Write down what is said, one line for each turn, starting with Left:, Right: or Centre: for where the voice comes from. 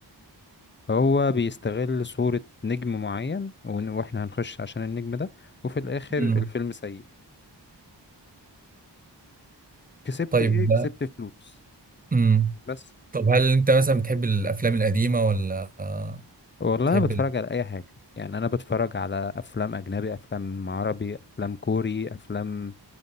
Left: هو بيستغل صورة نجم معين ون- واحنا هنخش عشان النجم ده وفي الاخر
Right: مم.
Left: الفيلم سيء كسبت
Right: طيب
Left: ايه كسبت فلوس
Right: امم
Left: بس
Right: طب هل انت مثلا بتحب الافلام القديمه ولا آه،
Left: والله
Right: بتحب
Left: انا بتفرج
Right: ال-
Left: على اي حاجة يعني انا بتفرج على افلام اجنبي افلام عربي افلام كوري افلام